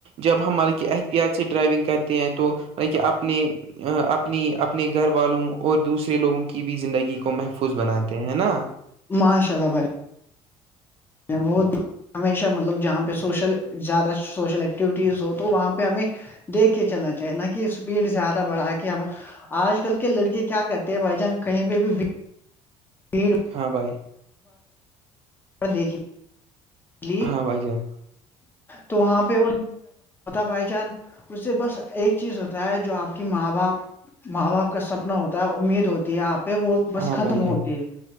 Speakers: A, on the right; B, on the left.
A: جب ہم ملکہ اہتی اچھے ڈرائیونگ کرتے ہیں توط کہ اپنے اپنی اپنے گھر والوں اور دوسرے لوگوں کی بھی زندگی کو محفوظ بناتے ہیں نا
B: ماشا ال بڑ بہت ہمیشہ مطلب جہاں پہ سوشل زیادہ سوشل ایکٹیویٹیز ہو تو وہاں پہ ہمیں دیکھ کے چلنا چاہی نہ کہ اسپیڈ زیادہ بڑھا کے کیا ہم آج کل کے لڑکے کیا کرتے ہیں بھائی جان کہیں پہ بھی بھیڑ
A: ہاں بھائی
B: دیکھی لی
A: ہاں بھائی جان
B: تو وہاں پہ بائی چان اس سے بس ایک چیز ہوتا ہے جو آپ کی ماں باپ ماں باپ کا سپنا ہوتا ہے امید ہوتی ہے آپ پہ وہ بس
A: ہاں
B: ختم
A: بھائی جان
B: ہوتی ہے